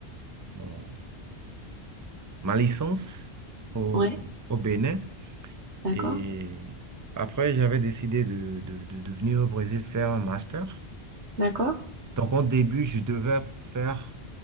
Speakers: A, on the right; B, on the right.
A: mon- ma licence au,
B: Ouais,
A: au Bénin.
B: d'accord,
A: Et après, j'avais décidé de, de, de, de venir au Brésil faire un master.
B: d'accord,
A: Donc, au début, je devais faire